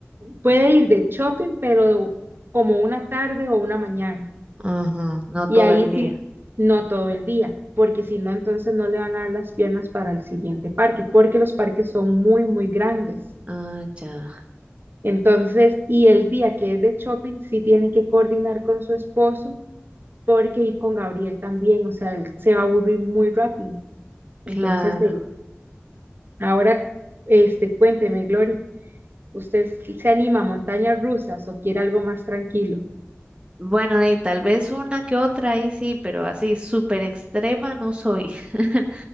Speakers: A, on the right; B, on the right.
A: puede ir de shopping, pero como una tarde o una mañana.
B: Ajá, no
A: Y
B: todo
A: ahí
B: el día.
A: sí, no todo el día, porque si no, entonces no le van a dar las piernas para el siguiente parque, porque los parques son muy, muy grandes.
B: Ah, ya,
A: Entonces, y el día que es de shopping, sí tiene que coordinar con su esposo, porque ir con Gabriel también, o sea, él se va a aburrir muy rápido. Entonces,
B: claro.
A: eh, ahora, este, cuénteme, Glory, ¿usted se anima a montañas rusas o quiere algo más tranquilo?
B: Bueno, de ahí tal vez una que otra ahí sí, pero así súper extrema no soy. <laughs>